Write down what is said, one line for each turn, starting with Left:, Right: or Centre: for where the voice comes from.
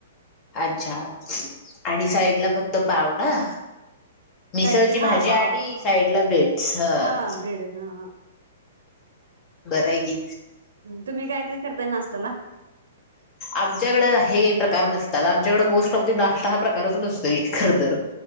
Left: अच्छा, आणि साईड ला फक्त पावडा? मिसळची
Right: काय ते
Left: भाजी
Right: हा पाव
Left: आणि साईड ला ब्रेड्स. हं.
Right: हा ब्रेड हा
Left: बरं हाय की.
Right: तुम्ही काय काय करताय नाश्त्याला?
Left: आमच्याकडं. हे प्रका- - र नसतात. आमच्याकडं होस्ट ऑफ द नाष्टा हा प्र -- कारचं नसतोय खरंतर.